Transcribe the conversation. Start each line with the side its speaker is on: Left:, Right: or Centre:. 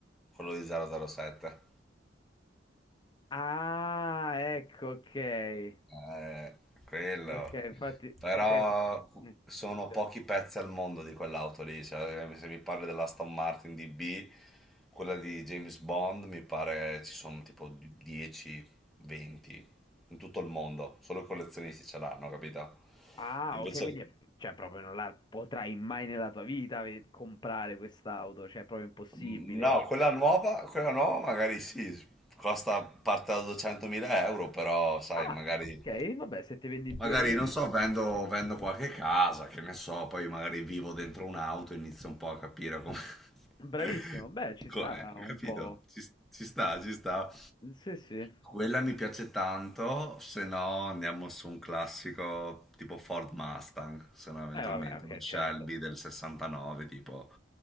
Centre: Quello di 007.
Left: Ah, ecco, ok.
Centre: Eh, quello.
Left: Ok, infatti,
Centre: Però
Left: ok. Mm,
Centre: sono
Left: certo.
Centre: pochi pezzi al mondo di quell'auto lì. cioè, se mi parli dell'Aston Martin DB, quella di James Bond, mi pare ci sono tipo 10, 20 in tutto il mondo. Solo i collezionisti ce l'hanno, capito?
Left: Ah,
Centre: Invece...
Left: ok, quindi è- cioè, proprio non la potrai mai nella tua vita ve- comprare quest'auto, cioè è proprio impossibile.
Centre: Mm, No, quella nuova, quella nuova magari sì, costa parte da 200.000 euro, però sai,
Left: Ah,
Centre: magari,
Left: ok, vabbè, se ti vendi due
Centre: magari
Left: reni.
Centre: non so, vendo, vendo qualche casa, che ne so, poi magari vivo dentro un'auto, inizio un po' a capire come...
Left: Bravissimo,
Centre: <laughs>
Left: beh, ci
Centre: co-
Left: sta
Centre: eh,
Left: un
Centre: capito?
Left: po'.
Centre: Ci, ci sta, ci sta.
Left: Sì, sì. Eh,
Centre: Quella mi piace tanto, se no andiamo su un classico tipo Ford Mustang, se no eventualmente
Left: vabbè, ok,
Centre: un Shelby
Left: certo.
Centre: del 69 tipo,